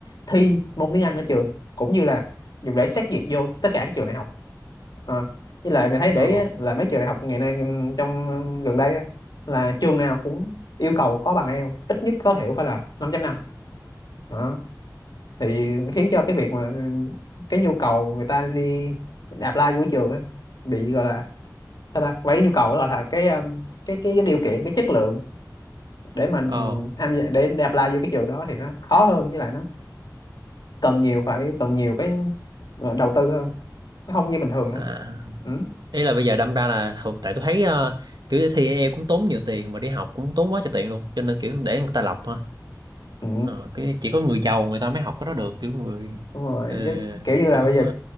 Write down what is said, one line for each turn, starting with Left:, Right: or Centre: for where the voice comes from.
Left: thi môn tiếng Anh ở trường cũng như là dùng để xét duyệt vô tất cả các trường đại học. Ờ, với lại mình thấy để
Right: Ồ.
Left: ý á, là mấy trường đại học ngày nay trong gần đây á, là trường nào cũng yêu cầu có bằng IELTS ít nhất tối thiểu phải là 5.5 đó thì khiến cho cái việc mà cái nhu cầu người ta đi apply vô cái trường á, bị gọi là sao ta mấy nhu cầu gọi là cái um, cái cái cái điều kiện cái chất lượng để mà
Right: Ồ.
Left: ừm, tham gia để, để apply vô cái trường đó thì nó khó hơn với lại nó cần nhiều phải cần nhiều cái ờ, đầu tư hơn nó không như bình thường nữa
Right: À.
Left: ừ.
Right: Ý là bây giờ đâm ra là hồi- tại tôi thấy ờ, kiểu thi IELTS cũng tốn nhiều tiền mà đi học cũng tốn quá trời tiền luôn, cho nên kiểu để người ta lọc ha.
Left: Ừ.
Right: Ờ, cái chỉ có người giàu người ta mới học cái đó được kiểu người
Left: đúng rồi
Right: uh,
Left: chứ kiểu như là
Right: không
Left: bây giờ
Right: có